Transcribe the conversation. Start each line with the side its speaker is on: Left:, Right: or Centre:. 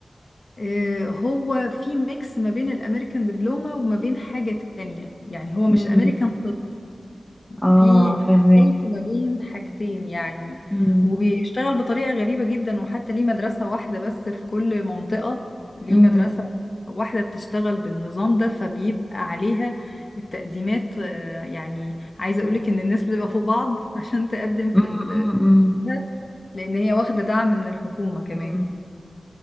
Left: آه، هو في ميكس ما بين الأمريكان دبلومة وما بين حاجة تانية يعني هو مش
Centre: مم.
Left: أمريكان
Centre: اه
Left: في
Centre: فهمك
Left: خلط ما بين حاجتين يعني
Centre: مم.
Left: وبيشتغل بطريقة غريبة جدا وحتى ليه مدرسة واحدة بس في كل منطقة ليه
Centre: مم.
Left: مدرسة واحدة بتشتغل بالنظام ده فبيبقى عليها التقديمات آه، يعني عايزة أقولك إن الناس بتبقى فوق بعض <laughs> عشان تقدم في
Centre: مم.
Left: ال
Centre: مم.
Left: ده، لأن هي واخدة دعم من الحكومة كمان
Centre: مم.